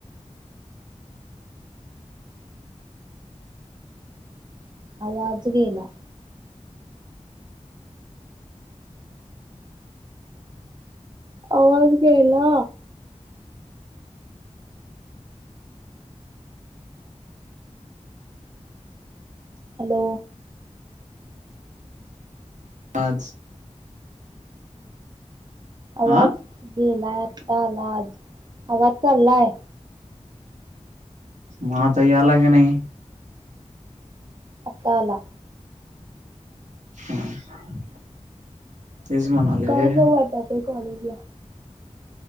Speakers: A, on the right (about 35°); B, on the right (about 75°).
A: आवाज गेला. आवाज गेला. हॅलो
B: आज
A: आवाज
B: हा
A: गेलाय आ तालाआज आवाज चाललाय.
B: माझा यालाय काय नाही?
A: आत्ता आला.
B: हम्म तेच म्हणालोय
A: का जाऊ वाटत आहे कॉलेजला